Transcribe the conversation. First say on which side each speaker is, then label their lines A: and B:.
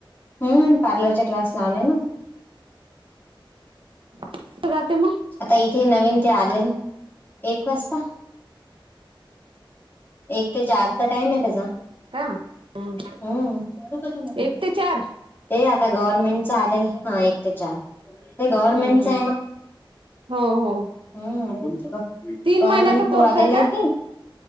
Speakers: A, on the left; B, on the right.
A: हम्म. पार्लरचे क्लास लावले ना
B: <inaudible> जाते मग
A: आता, इथे नवीन ते आले एक वाजता एक ते चार चा टाइम आहे त्याचा.
B: का हम्म.
A: हंम्म.
B: एक ते चार
A: ते आता गव्हर्नमेंटच आलेलं हा. एक ते चार ते
B: हम्म
A: गव्हर्मेंटच
B: हम्म.
A: आहे ना,
B: हो हो
A: हंम्म.
B: तीन
A: गव्हर्मेंट
B: महिन्याचा कोर्स
A: ट्रू आलेलं
B: का
A: आहे ते.